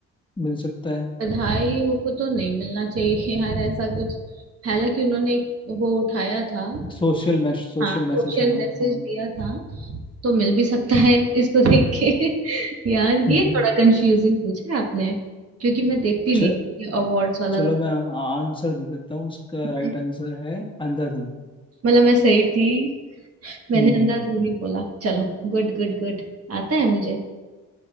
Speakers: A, on the left; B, on the right.
A: मिल सकता है
B: बधाई हो को तो नहीं मिलना चाहिए यार ऐसा कुछ हालांकि उन्होंने एक वो उठाया था
A: सोशल मैश सोशल
B: हाँ सोशल
A: मैसेज हाँ
B: मैसेज
A: हाँ
B: दिया था तो मिल भी सकता है इसको देख के <laughs> यार
A: हम्म
B: ये थोड़ा कंफ्यूजिंग पूछा है आपने क्योंकि मैं देखती
A: च,
B: नहीं ये अवार्ड्स वाला
A: चलो मैं आंसर दे देता हूँ इसका
B: तो-
A: राइट आंसर है अंधाधुन
B: मतलब मैं सही थी मैंने
A: हम्म
B: अंधाधुंधी बोला चलो Good good good आता है मुझे